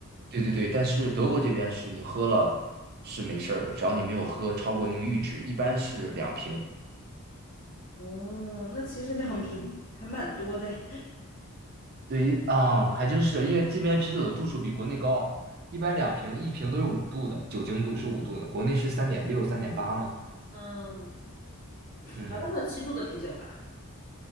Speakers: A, on the right; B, on the left.
A: 对对对，但是德国这边是你喝了是没事儿的，只要你没有喝超过那个阈值，一般是两瓶。
B: 哦，那其实两瓶还蛮多的诶，
A: 嗯，对于啊，还真是，因为这边啤酒的度数比国内高，一般两瓶，一瓶都是五度的，酒精度是五度的，国内是三点六、三点八嘛。
B: <laughs> 嗯，
A: 嗯，
B: 好像还有七度的啤酒吧？